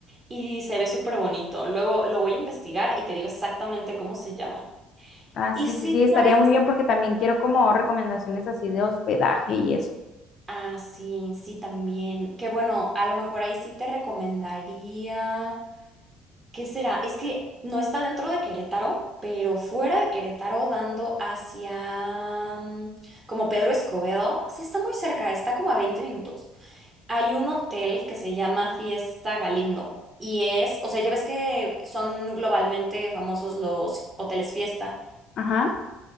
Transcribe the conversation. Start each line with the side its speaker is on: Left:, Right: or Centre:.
Right: y se ve súper bonito. Luego lo voy a investigar y te digo exactamente cómo se llama.
Left: Ah, sí,
Right: Y sí,
Left: sí, sí, estaría
Right: ¿sabes?
Left: muy bien porque también quiero como recomendaciones así de hospedaje y eso.
Right: Ah, sí, sí, también. Que bueno, a lo mejor ahí sí te recomendaría. ¿Qué será? Es que no está dentro de Querétaro, pero fuera de Querétaro, dando hacia mm, como Pedro Escobedo. Sí, está muy cerca, está como a 20 minutos. Hay un hotel que se llama Fiesta Galindo. Y es, o sea, ya ves que son globalmente famosos los hoteles fiesta.
Left: Ajá.